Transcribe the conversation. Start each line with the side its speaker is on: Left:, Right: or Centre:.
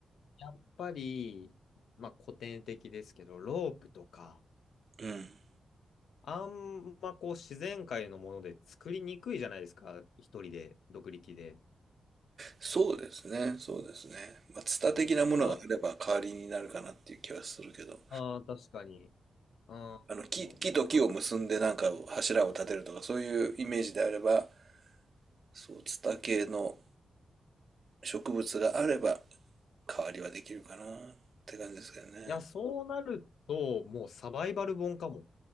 Left: やっぱり、まあ古典的ですけど、ロープとか、
Right: うん。
Left: あんまこう自然界のもので作りにくいじゃないですか。一人で、独力で。
Right: そうですね、そうですね。まあ、ツタ的なものがあれば代わりになるかなっていう気はするけど、
Left: まあ、あー確かに。うん。
Right: あの、木、
Left: うんな
Right: 木と木を結んでなんか柱を立てるとか、そういうイメージであれば、そう、ツタ系の植物があれば代わりはできるかなって感じですけどね。
Left: いや、そうなると、もうサバイバル本かも